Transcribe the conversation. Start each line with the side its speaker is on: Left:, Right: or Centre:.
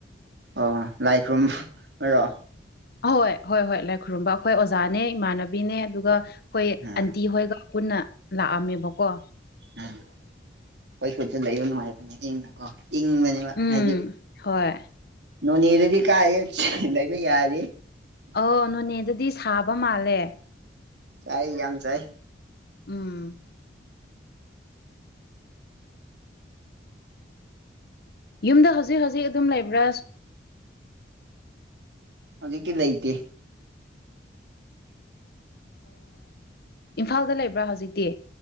Right: ꯑꯣ ꯂꯥꯏ ꯈꯨ꯭ꯔꯨꯝꯕꯔꯣ
Left: ꯑꯍꯣꯏ ꯍꯣꯏ ꯍꯣꯏ ꯂꯥꯏ ꯈꯨꯔꯨꯝꯕ ꯑꯩꯈꯣꯏ ꯑꯣꯖꯥꯅꯦ ꯏꯃꯥꯟꯅꯕꯤꯅꯦ ꯑꯗꯨꯒ ꯑꯩꯈꯣꯏ
Right: ꯑꯥ
Left: ꯑꯟꯇꯤ ꯍꯣꯏꯒ꯫ ꯄꯨꯟꯅ ꯂꯥꯛꯑꯝꯃꯦꯕꯀꯣ
Right: ꯎꯝ ꯈꯣꯏ ꯁꯠꯁꯨ ꯂꯩꯕ ꯅꯨꯡꯉꯥꯏꯕꯅꯤ ꯀꯣ ꯏꯪꯕꯅꯤ
Left: ꯎꯝ
Right: ꯍꯥꯏꯗꯤ
Left: ꯍꯣꯏ
Right: ꯅꯣꯅꯦꯗꯗꯤ ꯀꯥꯏꯗꯩ ꯂꯩꯕ ꯌꯥꯗꯦ꯫
Left: ꯑꯣ ꯅꯣꯅꯦꯗꯗꯤ ꯁꯥꯕ ꯃꯥꯜꯂꯦ꯫
Right: ꯆꯥꯏ ꯌꯥꯝꯝ ꯁꯥꯏ
Left: ꯎꯝ ꯌꯨꯝꯗ ꯍꯧꯖꯤꯛ ꯍꯧꯖꯤꯛ ꯑꯗꯨꯝ ꯂꯩꯕ꯭ꯔꯥ
Right: ꯍꯧꯖꯤꯛꯇꯤ ꯂꯩꯇꯦ꯫
Left: ꯏꯝꯐꯥꯜꯗ ꯂꯩꯕ꯭ꯔꯥ ꯍꯧꯖꯤꯛꯇꯤ